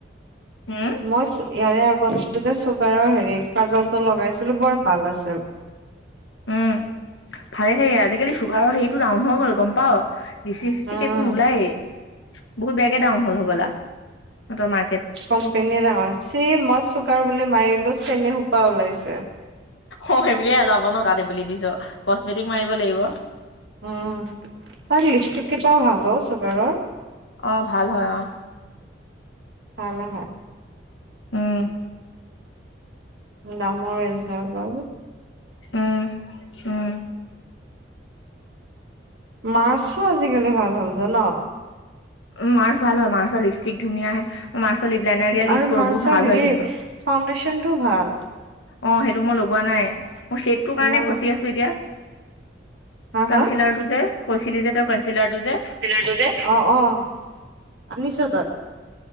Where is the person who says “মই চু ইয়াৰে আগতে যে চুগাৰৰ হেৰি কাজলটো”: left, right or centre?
Right